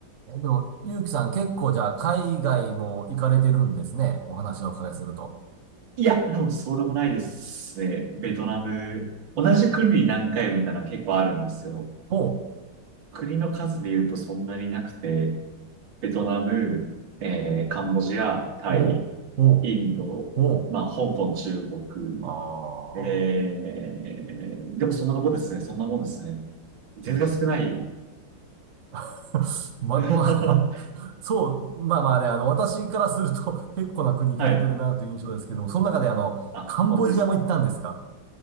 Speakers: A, on the right (about 50°); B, on the right (about 65°).
A: ー。え、でも、ゆうきさん結構じゃあ海外も行かれてるんですね。お話をお伺いすると。
B: いや、でもそうでもないですね。ベトナム、同じ国に何回もいたのは結構あるんですよ。
A: ほう。
B: 国の数で言うとそんなになくて、ベトナム、えー、カンボジア、タイ、
A: おう、おう、
B: インド、
A: おう。
B: まあ、香港、中国、
A: ああ、
B: えー、でもそんなとこですね。そんなもんですね。全然少ない。
A: 無理だ。<laughs> ま、
B: <laughs>
A: まあ、
B: は
A: <laughs> そう、まあまあね、あの、私からすると <laughs> 結構な国行かれてるなという印象ですけども、
B: い。
A: その中であの、
B: あ、
A: カンボジアも行ったんですか
B: 本当ですか。